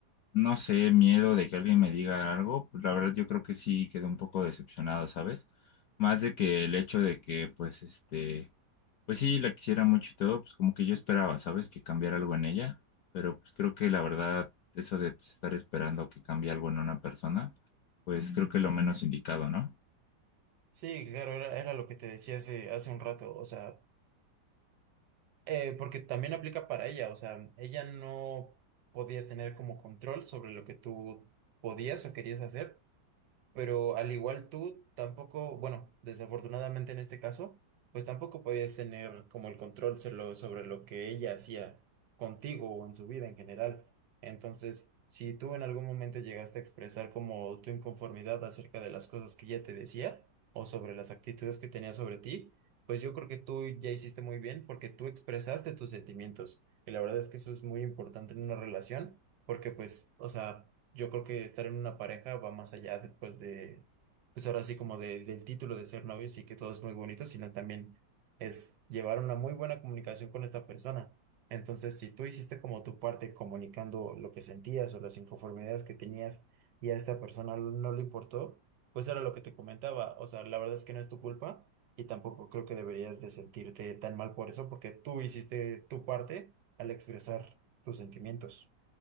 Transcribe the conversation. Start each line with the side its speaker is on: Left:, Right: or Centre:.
Left: no sé, miedo de que alguien me diga algo, pues la verdad yo creo que sí quedé un poco decepcionado, ¿sabes? Más de que el hecho de que, pues, este, pues sí, la quisiera mucho y todo, pues como que yo esperaba, ¿sabes? Que cambiara algo en ella, pero pues creo que la verdad, eso de pues, estar esperando que cambie algo en una persona, pues creo que lo menos indicado, ¿no?
Right: Sí, claro, era, era lo que te decía hace, hace un rato, o sea, eh, porque también aplica para ella, o sea, ella no podía tener como control sobre lo que tú podías o querías hacer, pero al igual tú, tampoco, bueno, desafortunadamente en este caso, pues tampoco podías tener como el control solo sobre lo que ella hacía contigo o en su vida en general. Entonces, si tú en algún momento llegaste a expresar como tu inconformidad acerca de las cosas que ella te decía o sobre las actitudes que tenía sobre ti, pues yo creo que tú ya hiciste muy bien porque tú expresaste tus sentimientos. Y la verdad es que eso es muy importante en una relación porque pues, o sea, yo creo que estar en una pareja va más allá después de, pues ahora sí como de- del título de ser novios y que todo es muy bonito, sino también es llevar una muy buena comunicación con esta persona. Entonces, si tú hiciste como tu parte comunicando lo que sentías o las inconformidades que tenías y a esta persona no le importó, pues era lo que te comentaba. O sea, la verdad es que no es tu culpa y tampoco creo que deberías de sentirte tan mal por eso porque tú hiciste tu parte al expresar tus sentimientos.